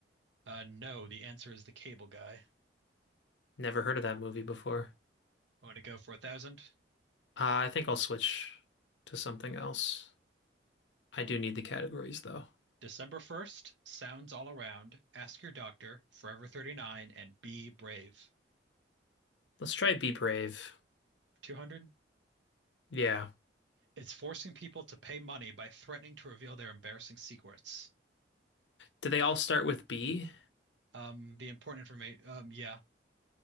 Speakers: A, on the right (about 85°); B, on the left (about 80°).
A: Uh, no, the answer is the cable guy.
B: Never heard of that movie before.
A: I'm going to go for a thousand.
B: Uh, I think I'll switch to something else. I do need the categories though.
A: December 1st, sounds all around. Ask your doctor, Forever 39, and be brave.
B: Let's try Be Brave.
A: 200.
B: Yeah.
A: It's forcing people to pay money by threatening to reveal their embarrassing secrets.
B: Do they all start with B?
A: um the important information um yeah